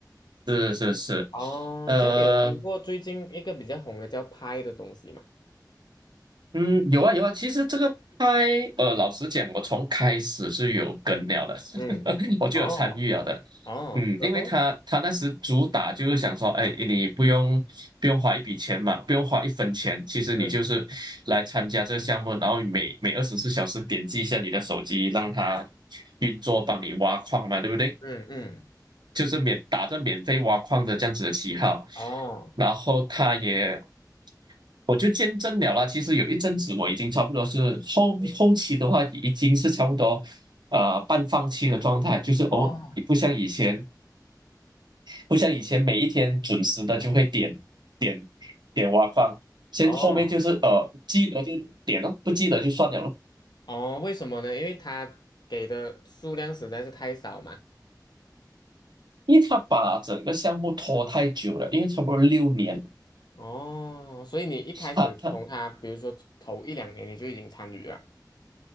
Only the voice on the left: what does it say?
哦，
这样你有听过最近一个比较红的叫 Pi 的东西吗？
嗯，
哦哦，
然后
嗯
嗯嗯，
哦
哦
哦
哦，为什么呢？因为它给的数量实在是太少嘛。
哦，所以你一开始从它，
比如说头一两年你就已经参与了。